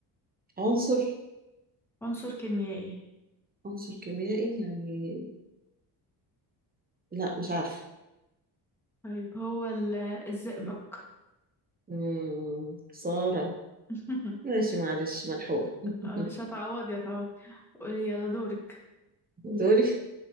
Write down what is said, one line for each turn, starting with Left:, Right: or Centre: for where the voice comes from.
Right: عنصر
Centre: عنصر كيميائي
Right: عنصر كيميائي يعني لا مش عارفه
Centre: طيب هو ال- الزئبق
Right: مم. سارة
Centre: <laughs>
Right: ماشي معلش ملحوقة <laughs>
Centre: معلش هتعوض يا تعوض يلا دورك
Right: دوري